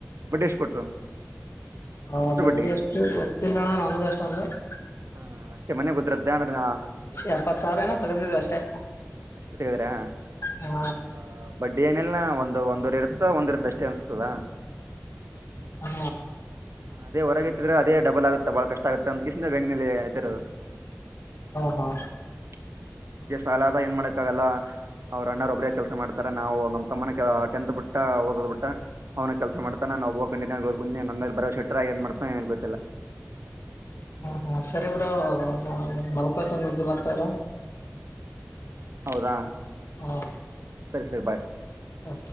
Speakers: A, on the right; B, on the left.
A: ಬಡ್ಡಿ ಎಷ್ಟ್ ಕೊಟ್ರು
B: ಹಾ
A: ಎಷ್ಟು
B: ಬಡ್ಲಿ
A: ಬಡ್ಡಿ
B: ಎಷ್ಟು ಗೊತ್ತಿಲ್ಲ ಅಣ್ಣ ನನ್ಗು ಅಷ್ಟ ಅಂದಾಗಿ
A: ಹಾ ಅಷ್ಟೇ ಮನೆ ಗದಿರತ್ತೆ ಅಂದ್ರೆ ನ
B: ಎಪ್ಪತ್ ಸಾವಿರ ಏನೋ ತಗದಿದ್ವಿ ಅಷ್ಟೇ
A: ಅಷ್ಟೇ ತೆಗೆದಿರಾ
B: ಹಾ
A: ಬ ಬಡ್ಡಿ ಏನೆಲ್ಲ ಒಂದು ಒಂದು ಒಂದರ್ ಇರ್ತ ಒಂದ್ ಇರ್ತ್ತ ಅಷ್ಟೇ ಅನ್ಸ್ತದ
B: ಹಾ
A: ಹ ಅದ ಹೊರಗೆತ್ತ್ರೆದ ಡಬಲ್ ಆಗುತ್ತೆ ಬಾಳ ಕಷ್ಟ ಆಗುತ್ತೆ ಅಂತ ನೆಲೆೆಯ ಆತರು
B: ಹಾ ಹಾ
A: ಹ್ಮ್ ನಮ್ಮಗೆ ಸಾಲ ಆದೇ ಏನ್ ಮಾಡಕ್ಕ ಆಲ್ಲ ಅವ್ರ ಅಣ್ಣರೊಬ್ಬ್ರೇ ಕೆಲಸ ಮಾಡ್ತಾರ ನಾವು ನಮ್ಮ ತಮ್ಮನ ಟೆಂತ್ ಬಿಟ್ಟ ಓದೋ ಬಿಟ್ಟ ಅವ್ನ ಕೆಲಸ ಮಾಡ್ತಾರ ನಾ ಒಬ್ಬ ಕಂಟಿನ್ಯೂ ಆ ಓದ್ಕ ನ ಮೇಲೆ ಬರೋಟ್ರ ಏನ್ ಮಾಡ್ತ ಏನ ಗೊತ್ತಿಲ್ಲ
B: ಹಾ ಸರಿ ಬ್ರೋ ನಾನು ಮಲ್ಕೊಂತ ನಿದ್ದೆ ಮರ್ತಾರ
A: ಹೌದಾ
B: ಹೌ
A: ಸರಿ ಸರಿ ಬಾಯ್
B: ಹ